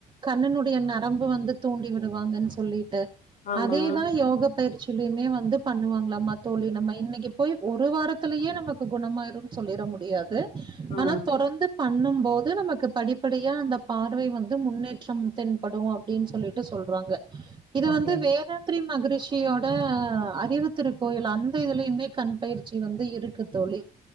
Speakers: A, on the right (about 30°); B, on the left (about 65°).
A: கண்ணனுடைய நரம்பு வந்து தூண்டி விடுவாங்கன்னு சொல்லிட்டு
B: ஆமா
A: அதேதான் யோக பயிற்சியிலயுமே வந்து வந்து பண்ணுவாங்களாம தோழி நம்ம இன்னைக்கு போய் ஒரு வாரத்திலயே நமக்கு குணமாயிரும்னு சொல்லிட முடியாது
B: ஆ
A: ஆனா தொடர்ந்து பண்ணும் போது நமக்கு படிப்படியா அந்த பார்வை வந்து முன்னேற்றம் தென்படும் அப்படின்னு சொல்லிட்டு சொல்றாங்க இது
B: ஓகே
A: வந்து வேத அகிம் மகரிஷியோட அறிவுத்திரு கோயில் அந்த இதுலயுமே கண் பயிற்சி வந்து இருக்கு தோழி